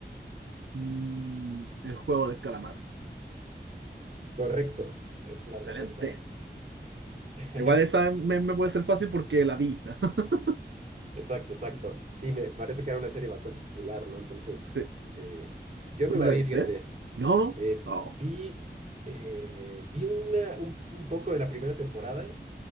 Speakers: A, on the right; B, on the right.
A: Mm, El juego del calamar.
B: Correcto. Esa
A: Excelente.
B: es la respuesta. <laughs>
A: Igual esa me, me puede ser fácil porque la vi. <laughs>
B: Exacto, exacto. Sí, me parece que era una serie bastante popular, ¿no? Entonces,
A: Sí.
B: eh, yo
A: ¿Tú
B: no la
A: no la
B: vi,
A: viste?
B: fíjate.
A: No.
B: Eh,
A: Oh.
B: vi eh, vi una, un, un poco de la primera temporada